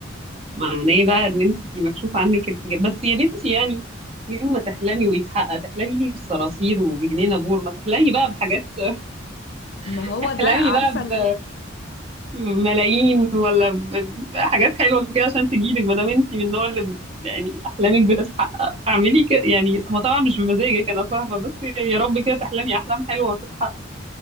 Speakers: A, on the right (about 30°); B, on the left (about 60°).
A: معناه بقى ان انت مكشوف عنك الحجاب بس يا بنتي يعني يوم ما تحلمي ويتحقق تحلمي لي بصراصير وبجنينة بور ما تحلمي بقى بحاجات <laughs>
B: ما هو
A: تحلمي
B: ده عارفة
A: بقى ب
B: ال...
A: بملايين ولا ب- بحاجات حلوة كده عشان تجيلك ما دام انت من النوع اللي ب- يعني احلامك بتتحقق اعملي كده يعني هو طبعا مش بمزاجك انا فاهمة بس يعني يا رب كده تحلمي احلام حلوة وتتحقق